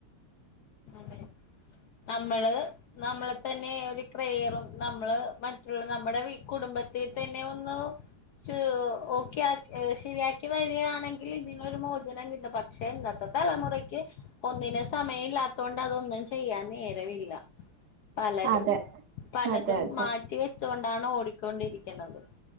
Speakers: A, on the left; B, on the right.
A: അതെ നമ്മള് നമ്മളെ തന്നെ ഒരു ക്രയറും നമ്മള് മറ്റുള്ള നമ്മുടെ വി കുടുംബത്തിൽ തന്നെ ഒന്ന് ച്ചു ഓക്കെ ആക്കി ശരിയാക്കി വരികയാണെങ്കിൽ ഇതിനൊരു മോചനം കിട്ടും പക്ഷെ ഇന്നത്തെ തലമുറക്ക് ഒന്നിനും സമയം ഇല്ലാത്തത് കൊണ്ട് അതൊന്നും ചെയ്യാൻ നേരമില്ല പലരും
B: അതെ
A: പലതും
B: അതെ അതെ
A: മാറ്റിവെ ച്ചൊണ്ടാണ് ഓടിക്കൊണ്ടിരിക്കുന്നത്